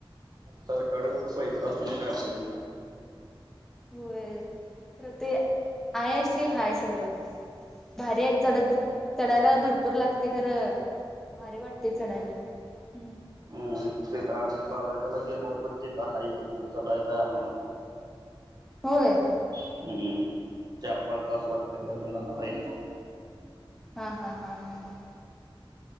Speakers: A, on the right; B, in the centre.
A: सरकारकडं खूप पैसा असून काय उपयोग नाही.
B: होय खरं ते हाय अशी हाय सगळं. भारी हाय चढत चढायला भरपूर लागते खरं भारी वाटतंय चढायला, ह.
A: हम्म तिथं आम्हीं बालाजीला गेल्यावर पण तिथं हाय तिथं चढायचंय आम्हांला पण.
B: होय.
A: हं.. हं.. चार- पाच तास लागत्यात आम्हीं जाणार हाय की.
B: हा, हा, हा, हा, हा.